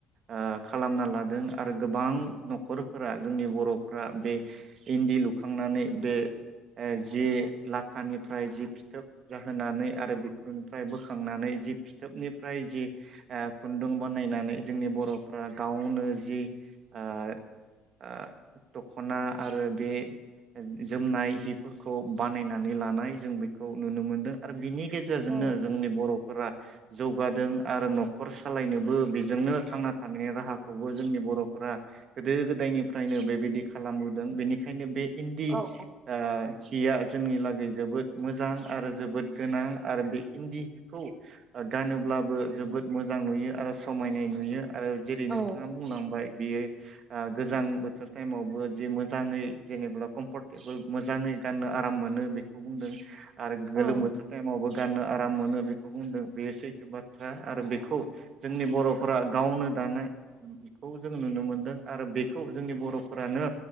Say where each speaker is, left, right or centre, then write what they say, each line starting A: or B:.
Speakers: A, on the right; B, on the right.
A: आ खालामना लादों आरो गोबां न'खरफोरा जोंनि बर'फोरा बे इन्दि लुखांनानै बे जि लाथानिफ्राय जि फिथोब जाहोनानै आरो बेफोरनिफ्राय बोखांनानै जि फिथोबनिफ्राय जि ओ खुन्दुं बानायनानै जोंनि बर'फ्रा गावनो जि आ आ दखना आरो बे जोमनाय हिफोरखौ बानायनानै लानाय जों बेखौ नुनो मोनदों आरो बिनि गेजेरजोंनो
B: औ
A: जोंनि बर'फोरा जौगादों आरो न'खर सालायनोबो बेजोंनो थांना थानायनि राहाखौबो जोंनि बर'फोरा गोदो गोदायनिफ्रायनो बेबायदि खालामबोदों बेनि खायनो बे इन्दि
B: औ
A: आ हिया जोंनि लागै जोबोद मोजां आरो जोबोद गोनां आरो बे इन्दि हिखौ गानोब्लाबो जोबोद मोजां नुयो आरो समायनाय नुयो आरो जेरै नोंथाङा
B: औ
A: बुंलांबाय बेयो ओ गोजां बोथोर टाइमावबो जे मोजाङै जेनेबा कम्फर्टेबोल मोजाङै गाननो आराम मोनो बेखौ बुंदों आरो गोलोम
B: औ
A: बोथोर टाइमावबो गाननो आराम मोनो बेखौ बुंदों बेयो सैथ' बा थ्रा आरो बेखौ जोंनि बर'फोरा गावनो दानाय बेखौ जों नुनो मोनदों आरो बेखौ जोंनि बर'फोरानो